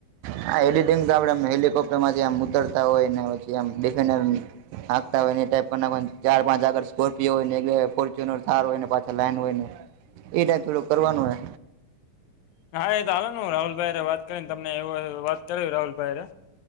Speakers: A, on the right; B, on the left.
A: હા, એડિટિંગ તો આપડે આમ હેલિકોપ્ટર માંથી આમ ઉતરતા હોય, ને પછી આમ ડિફેન્ડરની હાકતા હોય ને ઈ ટાઈપ કર નાખોન, ચાર પાંચ આગળ સ્કોર્પિયો હોય, ને એક બે ફોર્ચ્યુનર થાર હોય ને પાછળ લાઈન હોય ને. એ ટાઈપનું <unintelligible> કરવાનું હે.
B: હા એ તો હાલો ને હું રાહુલભાઈ હારે વાત કરીને તમને એવું હશે તો વાત કરાવી રાહુલભાઈ હારે.